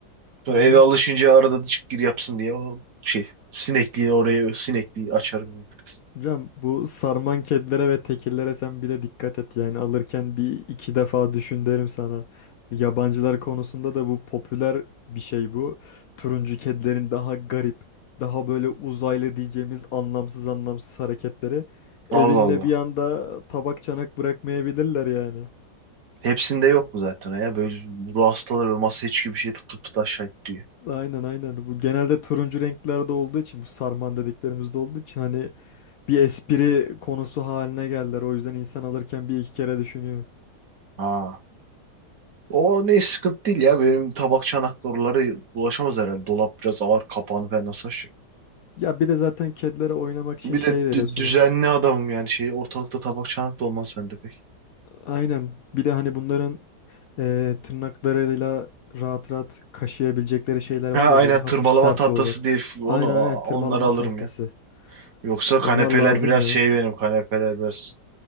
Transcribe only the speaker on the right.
Sonra
eve alışınca arada da çık gir yapsın diye o şey sinekliği oraya sinekliği açarım yani biraz.
Allah
Allah.
Hepsinde yok mu zaten ya? Böyle ruh hastaları böyle masaya çıkıyor bir şey pıt pıt pıt aşağı gidiyor.
Ha. O ne sıkıntı değil ya. Benim tabak çanaklar ulaşamaz herhalde. Dolap biraz ağır kapağını ben nasıl
Bir
de
dü- düzenli adamım yani şey ortalıkta tabak çanak da olmaz bende pek.
Ha
aynen
tırmalama
tahtası
diye f- onu
a-
onları alırım
ya. Yoksa kanepeler
biraz
şey benim kanepeler biraz